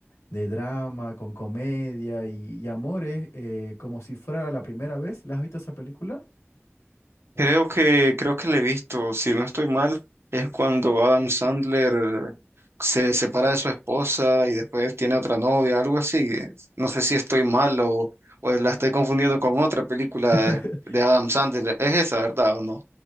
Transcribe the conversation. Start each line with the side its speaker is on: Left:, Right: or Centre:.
Left: drama, con comedia y, y amores, eh, como si fuera la primera vez. ¿La has visto esa película?
Right: Creo que, creo que le he visto, si no estoy mal, es cuando Adam Sandler eh, se separa de su esposa y después tiene otra novia, algo así. No sé si estoy mal o, o la estoy confundiendo con otra película
Left: <laughs>
Right: de Adam Sandler. Es esa, ¿verdad o no?